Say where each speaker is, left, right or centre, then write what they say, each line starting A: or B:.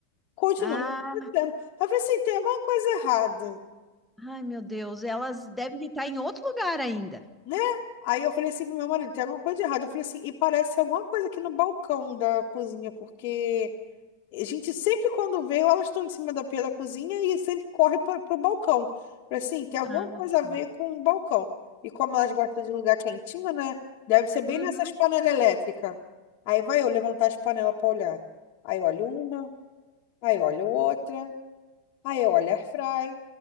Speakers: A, on the left; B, in the centre.
A: Continuam
B: Ah,
A: aparecendo. Eu falei assim, tem alguma coisa errada.
B: Ai, meu Deus, elas devem estar em outro lugar ainda.
A: né? Aí eu falei assim pro meu marido, tem alguma coisa de errado. Eu falei assim, e parece ser alguma coisa aqui no balcão da cozinha, porque a gente sempre quando vê, elas estão em cima da pia da cozinha e sempre corre para pro balcão. Eu Falei assim, tem alguma
B: Ah,
A: coisa
B: sim.
A: a ver com o balcão. E como elas gostam de lugar quentinho, né? Deve ser bem
B: Uhum.
A: nessas panelas elétricas. Aí vai eu levantar as panelas para olhar. Aí olho uma, aí olho outra, aí olho air fry.